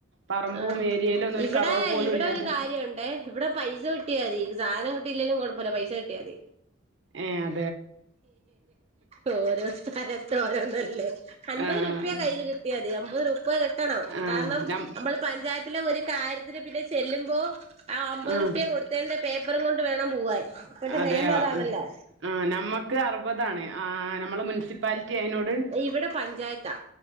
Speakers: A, on the right (about 60°); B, on the right (about 30°).
A: പറമ്പും
B: ആ
A: ഏരിയയിലും ഒന്നും ഒരു
B: ഇവിടെ
A: കവറ് പോലും
B: ഇവിടെ
A: ഇല്ലാതെ
B: ഒരു കാര്യ ഉണ്ടേ ഇവിടെ പൈസ കിട്ടിയാ മതി സാധനം കിട്ടി- ഇട്ടില്ലലും കുഴപ്പമില്ല പൈസ കിട്ടിയാ മതി
A: ഏ അ
B: ഓരോ സ്ഥലത്ത ഓരോന്നല്ലേ അൻപത്
A: ആഹ്
B: രൂപ്യ
A: ആഹ്
B: കയ്യിൽ കിട്ടിയാതി അ ബരു ഇപ്പ കിട്ടണം
A: ആഹ്
B: കാരണം
A: നം
B: നമ്മൾ പഞ്ചായത്തിലെ ഒരു കാര്യ ഇവര് വിലെജ് ചെല്ലുമ്പോ അമ്പത്
A: ആഹ്
B: റുപ്യ കൊടുത്ത പേപ്പ അപ്പറം കൊണ്ട് വേണം പോവാൻ ഇപ്പോഴത്തെ
A: അതെയോ
B: നിയമം അതാണല്ലോ
A: ആ നമ്മക്ക് അറുപതാണ് നമ്മള് മുനിസിപ്പാലിറ്റി ആയനോട്
B: ഇവിടെ പഞ്ചായത്താ